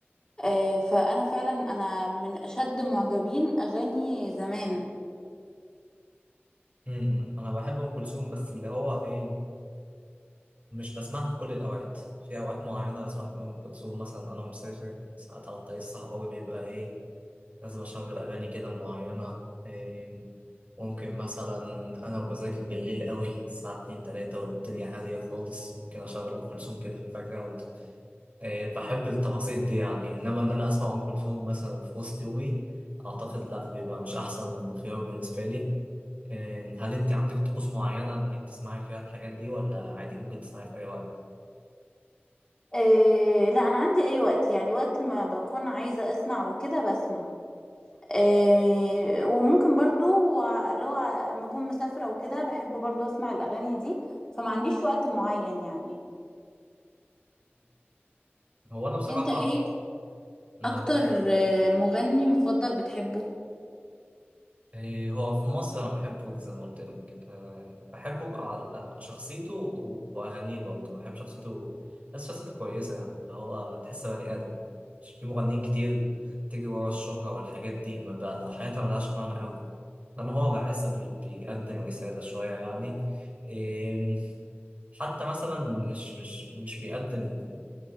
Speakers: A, on the left; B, on the right.
A: آه، فأنا فعلا أنا من أشد معجبين أغاني زمان
B: م- م. أنا بحب أم كلثوم بس اللي هو إيه مش بسمعها في كل الأوقات في أوقات معينة بسمع فيها أم كلثوم مثلا أنا مسافر ساعات على الطريق الصحراوي بيبقى إيه لازم أشغل أغاني كده معينة إيه ممكن مثلا أنا وبذاكر بالليل قوي الساعة اتنين تلاتة والدنيا هادية خالص ممكن أشغل أم كلثوم كده في الباك جراوند إيه بحب التفاصيل دي يعني إنما إن أنا أسمع أم كلثوم مثلا في وسط يومي أعتقد لأ بيبقى مش أحسن خيار بالنسبة لي إيه هل أنت عندك طقوس معينة إنك تسمعي فيها الحاجات دي ولا عادي ممكن تسمعي في أي وقت؟
A: آه، لا أنا عندي أي وقت يعني وقت ما بكون عايزة أسمع وكده بسمع آه، وممكن برضو ع- اللي هو لما أكون مسافرة وكده بحب برضو أسمع الأغاني دي فما عنديش وقت معين يعني
B: هو انا بصراحه
A: انت ايه
B: انا
A: اكتر
B: بق...
A: آه، مغني مفضل بتحبه
B: إيه هو في مصر انا بحبه زي ما قلت لك أه بحبه على شخصيته و- واغانيه برضه بحب شخصيته بس شخصيته كويسه يعني اللي هو تحس بني ادم مش في مغنيين كتير تيجي ورا الشهره والحاجات دي ما بقى حياتها ملهاش معنى قوي لما هو بحس بي... بيقدم رساله شويه يعني إيه حتى مثلا مش مش مش بيقدم